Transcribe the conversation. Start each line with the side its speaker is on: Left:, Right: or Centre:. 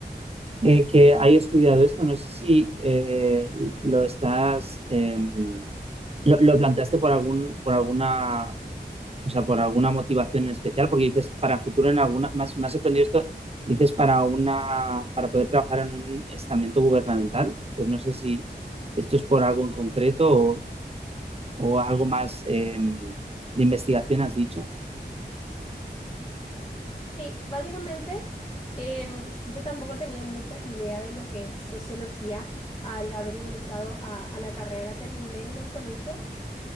Right: eh, que haya estudiado esto. No sé si eh, lo estás, em, lo, lo planteaste por algún, por alguna o sea, por alguna motivación en especial, porque dices para futuro en alguna, más, me ha sorprendido esto, que dices para una, para poder trabajar en un estamento gubernamental. Entonces no sé si esto es por algo en concreto o, o algo más eh, de investigación has dicho.
Left: Sí, básicamente en- yo tampoco tenía mucha idea de lo que es sociología al haber ingresado a, a la carrera. Terminé en el colegio